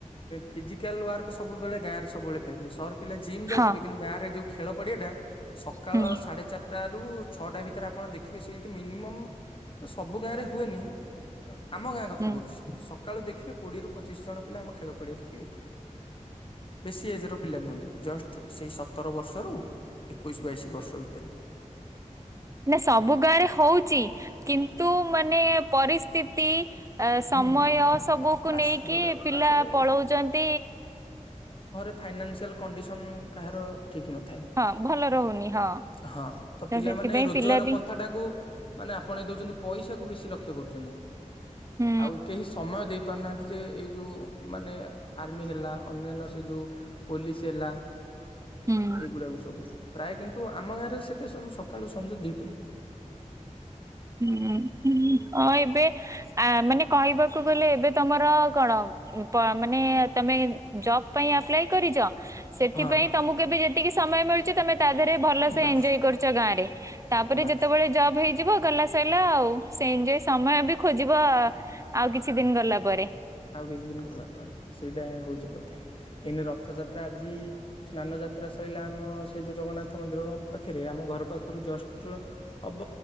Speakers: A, on the left; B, on the right.
A: ଫିଜିକାଲ ୱାର୍କ ସବୁବେଳେ ଗାଁ ରେ ସବୁବେଳେ ପାଇବେ ସହର ପିଲା ଜିମ୍ ଯାଉଥିବେ
B: ହଁ
A: କିନ୍ତୁ ଗାଁରେ ଯୋଉ ଖେଳ ପଡିଆ ଟା ସକାଳ
B: ହୁଁ
A: ସାଢେ ଚାରିଟା ରୁ ଛଅଟା ଭିତରେ ଆପଣ ଦେଖ ଦେଖିବେ ସେଇଠି ମିନିମମ୍ ତ ସବୁ ଗାଁ ରେ ହୁଏନି ଆମ ଗାଁ କଥା
B: ହୁଁ
A: କହୁଛି। ସକାଳୁ ଦେଖିବେ କୋଡିଏରୁ ପଚିଶି ଜଣ ପିଲା ଆମ ଖେଳ ପଡିଆରେ ଥିବେ।
B: <inaudible>
A: ବେଶୀ ଏଜ ର ପିଲା ନୁହନ୍ତି ଜଷ୍ଟ ସେଇ ସତର ବର୍ଷରୁ ଏକୋଇଶ ବାଇଶି ବର୍ଷ ଭିତରେ।
B: ନା ସବୁ ଗାଁ ରେ ହଉଚି କିନ୍ତୁ ମାନେ ପରିସ୍ଥିତି ଆ ସମୟ
A: ହୁଁ।
B: ସବୁକୁ
A: ବାସ୍
B: ନେଇକି
A: ଯୋଉଟା
B: ପିଲା
A: ତାପରେ
B: ପଳଉଛନ୍ତି
A: ଫାଇନାନ୍ସିଆଲ୍ କଣ୍ଡିସନ୍ କାହାର। ଠିକ ନଥାଏ
B: ହଁ ଭଲ ରହୁନି ହଁ
A: ହଁ ତ ପିଲାମାନେ
B: ସେଥିପାଇଁ
A: ରୋଜଗାର
B: ପିଲା ବି
A: ପନ୍ଥା ଟାକୁ ମାନେ ଆପଣ ଏ ଦଉଛନ୍ତି ପଇସା କୁ ବେଶୀ ଲକ୍ଷ୍ୟ କରୁଛନ୍ତି
B: ହୁଁ
A: ଆଉ କେହି ସମୟ ଦେଇ କହି ପାରୁନାହାନ୍ତି ଯେ ଏଇ ଯୋଉ ମାନେ ଆର୍ମି ହେଲା ଅନ୍ୟାନ୍ୟ ସେ ଯଉ ପୋଲିସ ହେଲା।
B: ହୁଁ
A: ଏଇଗୁଡାକୁ ସବୁ ପ୍ରାୟ କିନ୍ତୁ ଆମ ଗାଁ ରେ ସେଟା ସବୁ ସକାଳୁ ସଞ୍ଜା ଦିଟା।
B: ହୁଁ ହଁ ଏବେ ଆ ମାନେ କହିବାକୁ ଗଲେ ଏବେ ତମର କଣ। ମାନେ ତମେ ଜବ ପାଇଁ ଆପ୍ଲାଏ କରିଛ ସେଥିପାଇଁ
A: ହଁ
B: ତମକୁ କେବେ ଯି ଟିକେ ସମୟ ମିଳୁଛି ତମେ ତା ଦେହରେ ଭଲସ
A: ବାସ୍
B: ଏଞ୍ଜୟ କରୁଛ ଗାଁରେ ତାପରେ
A: ବାସ୍।
B: ଯେତେବେଳେ ଜବ ହେଇଯିବ। ଗଲା ସଇଲା ଆଉ ସେଜ ସମୟ ବି ଖୋଜିବ ଆଉ କିଛି ଦିନ ଗଲା ପରେ
A: ଆଉ କିଛି ଦିନ ଗଲା ପରେ ସେଇଟା ହଉଚି କଥା ଏନି ରଥଯାତ୍ରା ଆଜି ସ୍ନାନ ଯାତ୍ରା ସରିଲା ଆମ ସେ ଯୋଉ ଜଗନ୍ନାଥ ମନ୍ଦିର ପାଖରେ ଆମ ଘର ପାଖରୁ ଜଷ୍ଟ ହବ